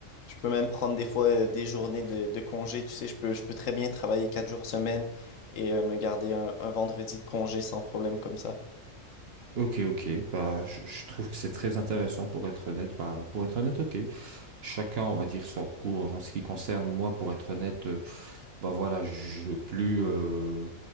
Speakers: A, on the left; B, on the right.
A: Je peux même prendre des fois euh, des journées de, de congé. Tu sais, je peux, je peux très bien travailler quatre jours semaine et euh, me garder un, un vendredi de congé sans problème comme ça.
B: ok, ok. Bah, je, je trouve que c'est très intéressant pour être honnête. Bah, pour être honnête, ok. Chacun, on va dire, son goût en ce qui concerne moi. Pour être honnête, euh, bah voilà, je veux plus euh,